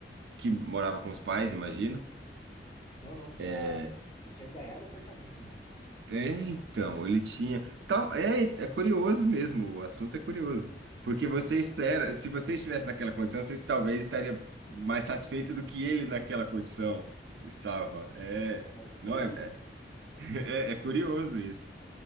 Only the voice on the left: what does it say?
Não, não, já.
Ele tinha ganhado o apartamento da avó. <laughs>
É isso
aí.